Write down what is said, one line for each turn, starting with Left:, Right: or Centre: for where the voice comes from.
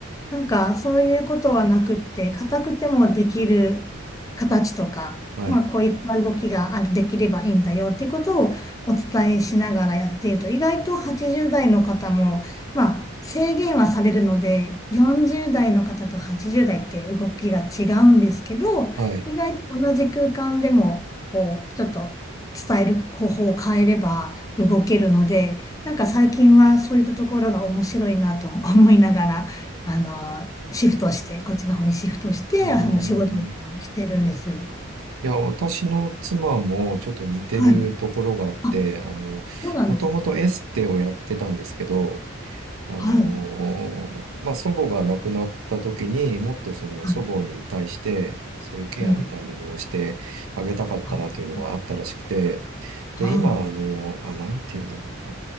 Left: なんかそういうことはなくって、硬くてもできる形とか、
Right: はい、
Left: まあこういった動きがあるできればいいんだよっていうことをお伝えしながらやっていると、意外と80代の方も、まあ制限はされるので、40代の方と80代って動きが違うんですけど、
Right: はい。
Left: 意外と同じ空間でも、こう、ちょっと伝える方法を変えれば動けるので、なんか最近はそういったところが面白いなと思いながら、あの、シフトして、こっちの方にシフトして、
Right: ああ、
Left: あの、仕事を今してるんですよ。
Right: いや、私の妻もちょっと似てるところがあって、
Left: はい。あ、
Right: あの、
Left: そうなんです。
Right: もともとエステをやってたんですけど、あの、
Left: はい。は
Right: まあ、祖母が亡くなった時にもっとその祖母に対して、
Left: い。
Right: そういうケアみたいなのをしてあげたかったなというのがあったらしくて、
Left: うん。あ、
Right: で、
Left: は
Right: 今、あの、あ、なんていうんだろうな。